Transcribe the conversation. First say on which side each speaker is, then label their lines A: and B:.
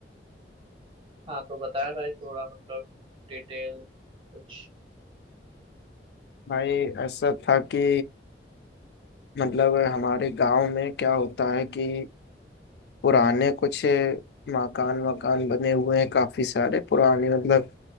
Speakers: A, on the right; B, on the left.
A: हाँ तो बताएं भाई थोड़ा मतलब डिटेल में कुछ
B: भाई ऐसा था कि मतलब हमारे गांव में क्या होता है कि पुराने कुछ मकान मकान बने हुए हैं काफी सारे पुराने मतलब